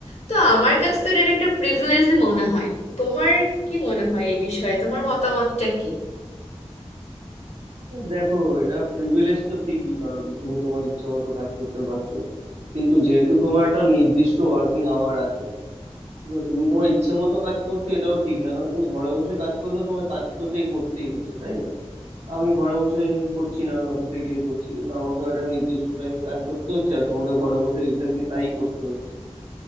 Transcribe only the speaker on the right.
দেখো এটা প্রিভিলেজ তো ঠিকই কারণ তুমি তোমার ইচ্ছে মতো কাজ করতে পারছো কিন্তু যেহেতু তোমার একটা নির্দিষ্ট ওয়ার্কিং আওয়ার আছে তো তুমি তোমার ইচ্ছে মতো কাজ করছো এটাও ঠিক না কারণ তুমি ঘরে বসে কাজ করলেও তোমার কাজ তো সেই করতেই হচ্ছে তাই না আমি ঘরে বসে করছি না আমি অফিসে গিয়ে করছি কিন্তু আমাকে একটা নির্দিষ্ট টাইমে কাজ করতে হচ্ছে আর তোমাকে ঘরে বসে এক্স্যাক্টলি তাই করতে হচ্ছে